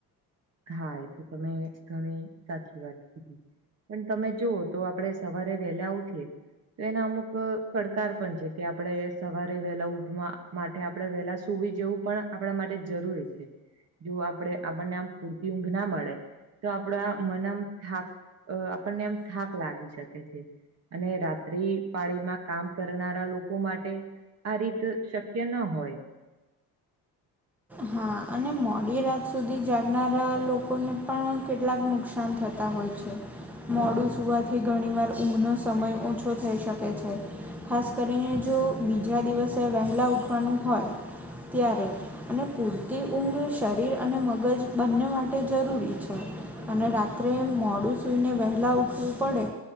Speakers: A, on the right; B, in the centre.
A: હા એ તો તમે ઘણી સાચી વાત કીધી. પણ તમે જુવો તો આપડે સવારે વહેલા ઉઠીએ. તો એના અમુક પડકાર પણ છે કે આપડે સવારે વેલા ઉઠવા માટે આપડે વે સુવી જેવું પણ આપણા માટે જરૂરી છે જો આપડે આપણને પૂરતી ઊંઘ ના મળે, તો આપડા મનમ થાક અ આપણને એમ થાક લાગી શકે છે. અને રાત્રી પાળીમાં કામ કરનારા લોકો માટે. આ રીત અ શક્ય ન હોય.
B: હા અને મોડી રાત સુધી જાગનારા લોકોને પણ કેટલાક, નુક્સાન થતા હોય છે. મોડું સૂવાથી ઘણીવાર ઊંઘનો સમય ઓછો થઈ શકે છે. ખાસ કરીને જો બીજા દિવસે વહેલા ઉઠવાનું હોય ત્યારે. અને પૂરતી ઊંઘ શરીર અને મગજ બંને માટે જરૂરી છે. અને રાત્રે મોડું સૂઈને વહેલા ઉઠવું પડે.